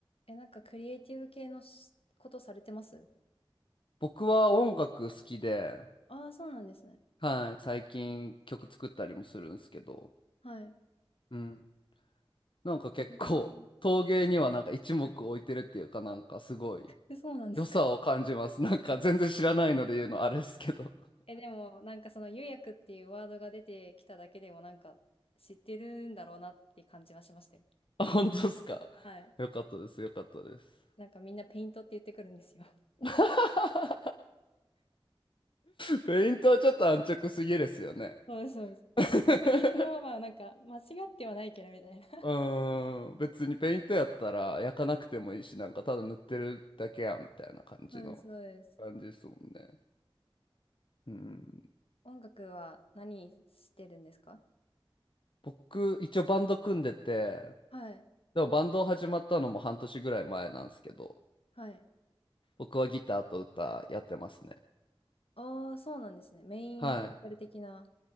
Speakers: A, on the left; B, on the left.
A: え、なんかクリエイティブ系のしことされてます
B: 僕は音楽好きで
A: ああー、そうなんですね。
B: はい最近曲作ったりもするんですけど
A: はい。
B: うんなんか結構陶芸にはなんか一目置いてるっていうかなんかすごい
A: えーえそうなんですか。
B: 良さを感じますなんか全然知らないので言うのあれですけど
A: え、でも、なんかその釉薬っていうワードが出てきただけでも、なんか知ってるんだろうなっていう感じはしましたよ。
B: あ、本当ですか。
A: はい。
B: よかったです、よかったです。
A: なんかみんなペイントって言ってくるんですよ。
B: <laughs> ペイントはちょっと安直すぎですよね。
A: そうです、そうです。
B: <laughs>
A: そう、ペイントはなんか間違ってはないけどみたいな。
B: うーん、別にペイントやったら焼かなくてもいいし、なんかただ塗ってるだけやんみたいな感じの
A: <laughs> そうです、そうです。
B: 感じですもんね。うん、
A: 音楽は何してるんですか
B: 僕、一応バンド組んでて、
A: はい、
B: でもバンド始まったのも半年ぐらい前なんですけど、
A: はい。
B: 僕はギターと歌やってますね。
A: ああ、そうなんですね。メインボーカル的な。
B: はい。